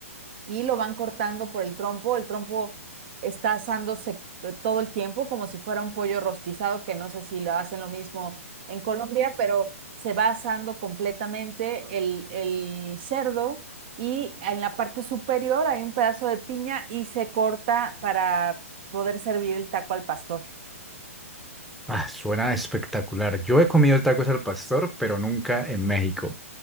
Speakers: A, on the right; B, in the centre.
A: y lo van cortando por el trompo. El trompo está asándose eh, todo el tiempo como si fuera un pollo rostizado, que no sé si lo hacen lo mismo en Colombia, pero se va asando completamente el, el cerdo y en la parte superior hay un pedazo de piña y se corta para poder servir el taco al pastor.
B: Ah, suena espectacular. Yo he comido tacos al pastor, pero nunca en México.